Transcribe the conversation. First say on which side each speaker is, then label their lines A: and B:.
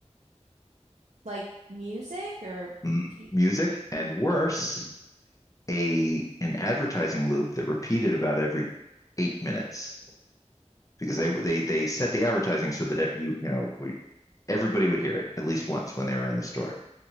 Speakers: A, on the right; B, on the left.
A: Like music or
B: M-
A: pe
B: music and worse, a an advertising loop that repeated about every eight minutes. because they they they set the advertising so that you you know everybody would hear it at least once when they were in the store,